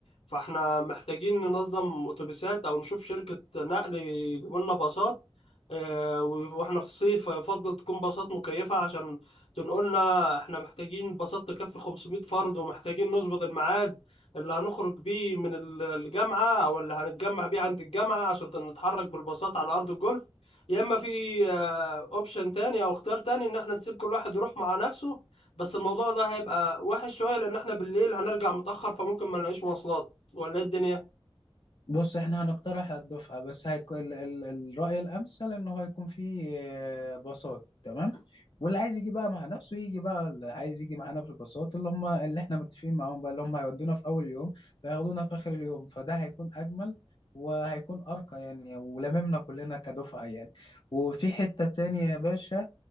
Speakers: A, on the left (about 75°); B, on the left (about 55°).
A: فاحنا محتاجين ننظم اتوبيسات او نشوف شركة نقل يجيبوا لنا باصات آه، واحنا في الصيف يفضل تكون باصات مكيفة عشان تنقلنا احنا محتاجين باصات تكفي 500 فرد ومحتاجين نظبط الميعاد اللي هنخرج بيه من ال- الجامعة او اللي هنتجمع بيه عند الجامعة عشان نتحرك بالباصات على ارض الجولف يا اما في اوبشن تاني او اختيار تاني ان احنا نسيب كل واحد يروح مع نفسه بس الموضوع ده هيبقى وحش شويه لان احنا بالليل هنرجع متاخر فممكن ما نلاقيش مواصلات ولا ايه الدنيا
B: بص احنا هنقترح على الدفعة بس هيكون ال- ال- الرأي الأمثل إن هو يكون فيه آه، باصات تمام واللي عايز يجي بقى مع نفسه يجي بقى اللي عايز يجي معانا في الباصات اللي هم اللي احنا متفقين معاهم بقى اللي هم هيودونا في أول يوم وياخدونا في آخر اليوم فده هيكون أجمل وهيكون أرقى يعني ولممنا كلنا كدفعة يعني وفي حتة تانية يا باشا